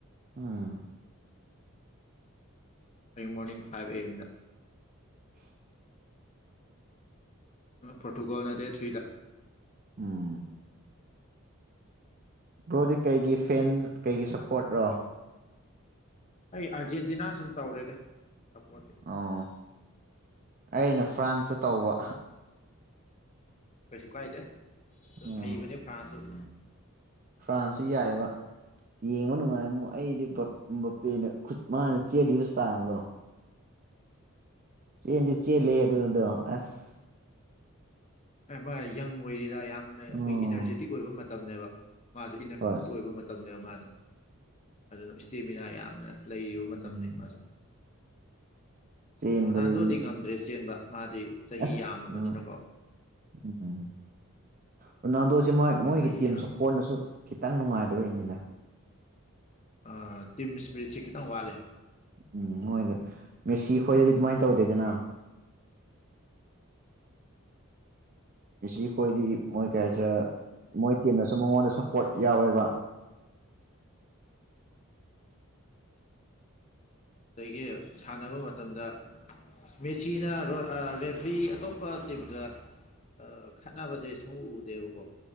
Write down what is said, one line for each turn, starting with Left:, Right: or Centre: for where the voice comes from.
Right: ꯑꯥ
Left: ꯍꯌꯦꯡ ꯃꯣꯔꯅꯤꯡ ꯐꯥꯏꯚ ꯑꯦ ꯑꯦꯝꯗ
Right: <unintelligible>
Left: ꯑꯥ ꯄ꯭ꯔꯣꯔꯇꯨꯒꯣꯜꯅ ꯗꯦꯠ ꯊ꯭ꯔꯤꯗ
Right: ꯎꯝ ꯕ꯭ꯔꯣꯗꯤ ꯀꯩꯒꯤ ꯐꯦꯟ ꯀꯩꯒꯤ ꯁꯞꯄꯣꯔꯠꯔꯣ
Left: ꯑꯩ ꯑꯥꯔꯖꯦꯟꯇꯤꯅꯥ ꯁꯨꯝ ꯇꯧꯔꯦꯗ ꯁꯞꯄꯣꯔꯠꯇꯤ
Right: ꯑꯣ ꯑꯩꯅ ꯐ꯭ꯔꯥꯁꯇ ꯇꯧꯕ
Left: ꯀꯩꯁꯨ ꯀꯥꯏꯗꯦ ꯑꯗꯨꯝ
Right: ꯎꯝ
Left: ꯍꯩꯕꯅꯦ ꯐ꯭ꯔꯥꯟꯁꯁꯨ
Right: ꯐ꯭ꯔꯥꯟꯁꯁꯨ ꯌꯥꯏꯌ‌ꯦꯕ ꯌꯦꯡꯕ ꯅꯨꯡꯉꯥꯏꯌ‌ꯦꯕꯨ ꯑꯩꯗꯤ ꯕꯞ ꯕꯞꯄ‌ꯦꯅ ꯈꯨꯠ ꯃꯥꯅ ꯆꯦꯜꯂꯤꯕ ꯏꯁ꯭ꯇꯥꯏꯜꯗꯣ ꯆꯦꯟꯗꯤ ꯆꯦꯜꯂꯤꯍ‌ꯦ ꯑꯗꯨꯗꯣ ꯑꯁ
Left: ꯑ ꯃꯥ ꯌꯪ ꯑꯣꯏꯔꯤꯗ ꯌꯥꯝꯅ ꯑꯩꯈꯣꯏꯒꯤ
Right: ꯎꯝ
Left: ꯏꯅꯔꯖ‌ꯦꯇꯤꯛ ꯑꯣꯏꯕ ꯃꯇꯝꯅꯦꯕ ꯃꯥꯁ‌ꯦ
Right: ꯍꯣꯏ
Left: ꯑꯣꯏꯕ ꯃꯇꯝꯅꯦꯕ ꯃꯥꯖ‌ꯦ ꯑꯗꯨꯅ ꯏꯁꯇꯦꯃꯤꯅꯥ ꯌꯥꯝꯅ ꯂꯩꯔꯤꯕ ꯃꯇꯝꯅꯤ
Right: ꯎꯝ
Left: ꯃꯥꯁꯨ
Right: ꯆꯦꯟꯕꯗꯗꯤ
Left: ꯔꯣꯅꯥꯜꯗꯣꯗꯤ ꯉꯝꯗ꯭ꯔꯦ ꯆꯦꯟꯕ ꯃꯥꯗꯤ ꯆꯍꯤ
Right: ꯑꯁ
Left: ꯌꯥꯝꯃꯕꯅꯤꯅꯀꯣ
Right: ꯑ ꯎꯝ ꯔꯣꯅꯥꯜꯗꯣꯁꯦ ꯃꯣꯏ
Left: ꯃꯥ
Right: ꯃꯣꯏꯒꯤ
Left: ꯆꯍꯤ
Right: ꯇꯤꯝ
Left: ꯌꯥꯝ
Right: ꯁꯞꯄꯣꯔꯠꯅꯁꯨ ꯈꯤꯇꯪ ꯅꯨꯡꯉꯥꯏꯇꯕꯒꯤꯅꯤꯗ
Left: ꯑ ꯇꯤꯝ ꯏꯁ꯭ꯄ꯭ꯔꯤꯠꯁꯦ ꯈꯤꯇꯪ ꯋꯥꯠꯂꯦ
Right: ꯎꯝ ꯃꯣꯏꯗ‌ꯣ ꯃꯦꯁꯤ ꯈꯣꯏꯗꯗꯤ ꯑꯗꯨꯃꯥꯏꯅ ꯇꯧꯗꯦꯗꯅ ꯃꯦꯁꯤ ꯈꯣꯏꯗꯤ ꯃꯣꯏ ꯀꯩ ꯍꯥꯏꯁꯤꯔ ꯃꯣꯏ ꯇꯤꯝꯅꯁꯨ ꯃꯉꯣꯟꯗ ꯁꯞꯄꯣꯔꯠ ꯌꯥꯎꯋꯦꯕ
Left: ꯑꯗꯒꯤ ꯁꯥꯟꯅꯕ ꯃꯇꯝꯗ ꯃꯦꯁꯤꯅ ꯑ ꯔꯦꯐ꯭ꯔꯤ ꯑꯇꯣꯞꯄ ꯇꯤꯝꯒ ꯈꯠꯅꯕꯁꯦ ꯁꯨꯝ ꯎꯗꯦꯕꯀꯣ